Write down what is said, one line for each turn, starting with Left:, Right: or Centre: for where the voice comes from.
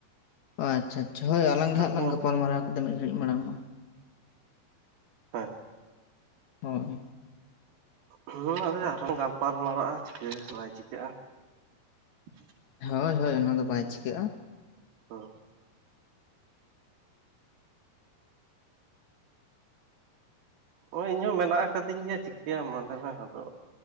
Left: ᱟᱪᱪᱷᱟ ᱟᱪᱪᱷᱟ ᱦᱳᱭ ᱟᱞᱟᱝ ᱜᱮ ᱦᱟᱸᱜ ᱞᱟᱝ
Right: ᱠᱚᱞ
Left: ᱜᱟᱯᱟᱞᱢᱟᱨᱟᱣ ᱠᱮᱫᱟ ᱢᱤᱫ ᱜᱷᱟᱹᱲᱤᱡ ᱢᱟᱲᱟᱝ ᱢᱟ
Right: ᱦᱮᱸ
Left: ᱦᱳᱭ
Right: ᱦᱮᱸ ᱟ <unintelligible> ᱟᱨᱚᱢ ᱜᱟᱯᱟᱞ ᱢᱟᱨᱟᱜᱼᱟ ᱪᱤᱠᱟᱹ ᱵᱟᱭ ᱪᱤᱠᱟᱹᱜᱼᱟ <inaudible>
Left: ᱦᱳᱭ ᱦᱳᱭ ᱚᱱᱟᱫᱚ ᱵᱟᱭ ᱪᱤᱠᱟᱹᱜᱼᱟ
Right: ᱳᱻ ᱦᱳᱭ ᱤᱧᱦᱚᱸ ᱢᱮᱱᱟᱜ ᱟᱠᱟᱫᱤᱧ ᱜᱮᱭᱟ ᱪᱤᱠᱟᱹᱭᱟᱢ ᱞᱮᱭ ᱢᱮ ᱟᱫᱚ